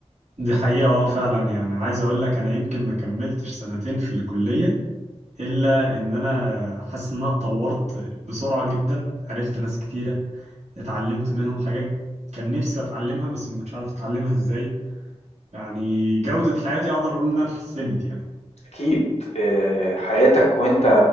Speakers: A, on the right; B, on the left.
A: دي حقيقة اه فعلا يعني عايز أقول لك أنا يمكن ما كملتش سنتين في الكلية إلا إن أنا حاسس إن أنا اتطورت بسرعة جدا عرفت ناس كتيرة اتعلمت منهم حاجات كان نفسي أتعلمها بس ما كنتش عارف أتعلمها إزاي يعني جودة حياتي أقدر أقول إنها اتحسنت يعني
B: أكيد آه، حياتك وأنت